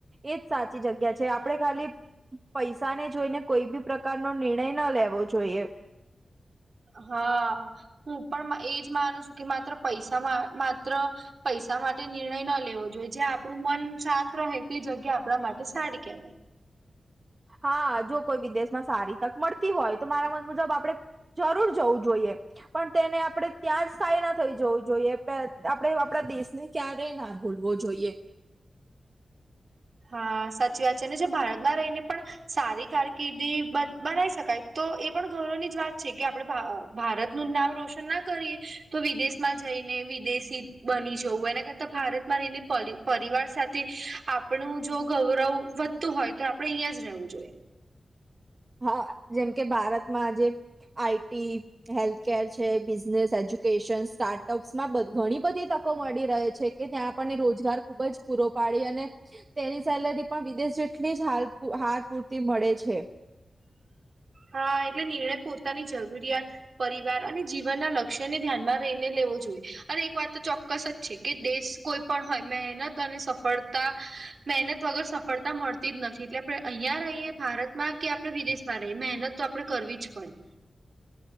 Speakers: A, on the right (about 30°); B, on the right (about 55°).
A: એજ સાચી જગ્યા છે આપણે ખાલી પૈસાને જોઈને કોઈ બી પ્રકારનો નિર્ણય ન લેવો જોઈએ.
B: હા હું પણ એજ માનું છું કે માત્ર પૈસા માત્ર પૈસા માટે નિર્ણય ન લેવો જોઈએ જ્યાં આપણું મન શાંત રહે તે જગ્યા આપણા માટે સારી કહેવાય.
A: હા જો કોઈ વિદેશમાં સારી તક મળતી હોય તો મારા મત મુજબ આપડે જરૂર જવું જોઈએ પણ તેને આપડે ત્યાં જ સ્થાય ના થઈ જવું જોઈએ. <unintelligible> આપડે આપણા દેશને ક્યારે ના ભૂલવો જોઈએ.
B: હા સાચી વાત છે અને જો ભારતમાં રહીને પણ સારી કારકિર્દી બ બનાવી શકાય તો એ પણ ગૌરવની જ વાત છે કે આપડે ભા ભારતનું જ નામ રોશન ના કરીએ તો વિદેશ માં જઈને વિદેશી બની જવું એના કર તો ભારતમાં રહીને પરી પરિવાર સાથે આપ આપણું જો ગૌરવ વધતું હોય તો આપડે અહિયાં જ રહેવું જોઈએ.
A: હા જેમ કે ભારતમાં આજે આઈ ટી હેલ્થકેર છે બિઝનેસ, એજ્યુકેશન સ્ટાર્ટઅપ્સમાં ઘણી બધી તકો મળી રહે છે. કે ત્યાં આપણને રોજગાર ખુબ જ પૂરો પાડી અને તેની સેલરી પણ વિદેશ જેટલી જ હાલ હાર પૂરતી મળે છે.
B: હા એટલે નિર્ણય પોતાની જરૂરિયાત પરિવાર અને જીવનના લક્ષ્યને ધ્યાનમાં રહીને લેવો જોઈએ અને એક વાત તો ચોક્કસ જ છે કે દેશ કોઈ પણ હોય મહેનત અને સફળતા મહેનત વગર સફળતા મળ તી જ નથી એટલે આપણે અહિયાં રહીએ ભારતમાં કે આપણે વિદેશમાં રહીએ મહેનત તો આપણે કરવી જ પડે.